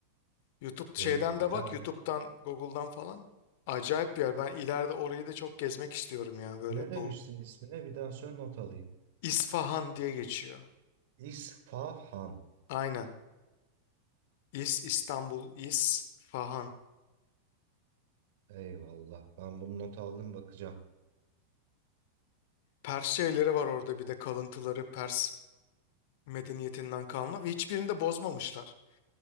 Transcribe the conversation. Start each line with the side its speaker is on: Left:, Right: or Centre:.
Left: YouTube
Right: e,
Left: şeyden
Right: güzel.
Left: de bak YouTube'dan Google'dan falan acayip bir yer. Ben ileride orayı da çok gezmek istiyorum ya böyle
Right: Ne demiştin
Left: Doğu.
Right: ismine? Bir daha söyle not alayım.
Left: İsfahan diye geçiyor.
Right: İsfahan.
Left: Aynen. İz, İstanbul, İz, Fahan.
Right: Eyvallah. Ben bunu not aldım bakacağım.
Left: Pers şeyleri var orada bir de kalıntıları Pers medeniyetinden kalma ve hiçbirini de bozmamışlar.